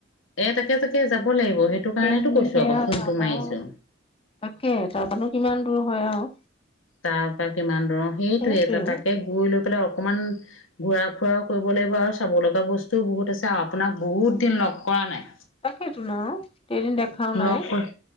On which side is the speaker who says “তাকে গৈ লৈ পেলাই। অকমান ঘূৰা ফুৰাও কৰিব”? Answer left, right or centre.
Left